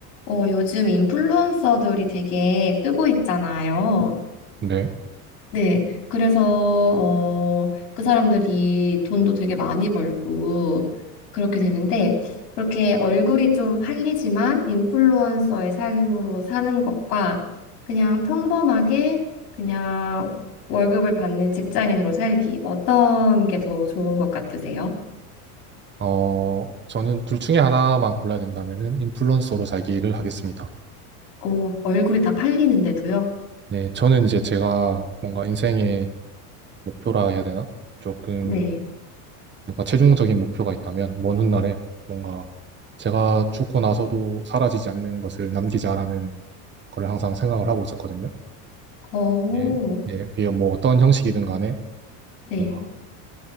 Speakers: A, on the left (about 85°); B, on the right (about 25°).
A: 어, 요즘 인플루언서들이 되게 뜨고 있잖아요.
B: 네.
A: 네. 그래서, 어, 그 사람들이 돈도 되게 많이 벌고, 그렇게 되는데, 그렇게 얼굴이 좀 팔리지만, 인플루언서의 삶으로 사는 것과, 그냥 평범하게, 그냥 월급을 받는 직장인으로 살기, 어떤 게 더 좋은 것 같으세요?
B: 어, 저는 둘 중에 하나만 골라야 된다면은 인플루언서로 살기를 하겠습니다.
A: 어, 얼굴이 다 팔리는데도요?
B: 네, 저는 이제 제가 뭔가 인생의 목표라 해야 되나? 조금
A: 네.
B: 뭔가 최종적인 목표가 있다면 먼 훗날에 뭔가 제가 죽고 나서도 사라지지 않는 것을 남기자라는 걸 항상 생각을 하고 있었거든요.
A: 어,
B: 예, 예, 그게 뭐 어떤 형식이든 간에
A: 네.
B: 뭔가